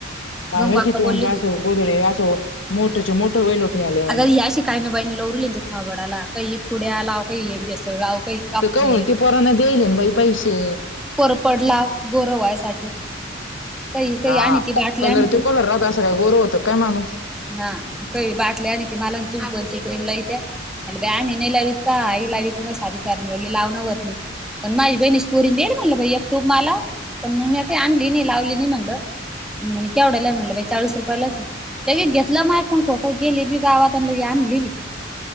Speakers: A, on the left; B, in the centre.
A: काय
B: गंगू
A: माहिती.
B: अक्का बोलली
A: तोंड असं,
B: होती
A: गोदडे असं मोठ्च्या मोठं व्हायल होतं. ह्या लेवानी
B: अग, या अशि कायनो बाईन लवू राहिली न थोबाडाला. काही पुड्या लाव. काही ए बेसल लाव. काही काप
A: तर काऊन, ते पोरांना दे्याईल ना, बाई पैसे.
B: कोरफड लाव, गोरं व्हायसाठी. काही काही
A: हा,
B: आणि ती बाटली
A: कलर
B: आणि ती
A: तो कलर राहत, असं काय, गोर होतं काय, माणूस?
B: हा, खही बाटल्या आणि ती मला ना, तुम्ही कोणती क्रीम लावीत्या्या. मनलं बाई आम्ही नाही लावीत काई, लावीत नाही. साधी फेरेण लावली लावन होत नाही. पण माझी बहिणीस पोरीन दिली म्हटलं बाई एक टूब मला. पण मग मी काही आणली नाही, लावली नाही म्हणलं. म्हनी केवढ्यालाय? म्हटलं बाई चाळीस रुपयाला. लगेच घेतलं मायाकुण खोक. गेली बी गावात न, लगे आणली बी.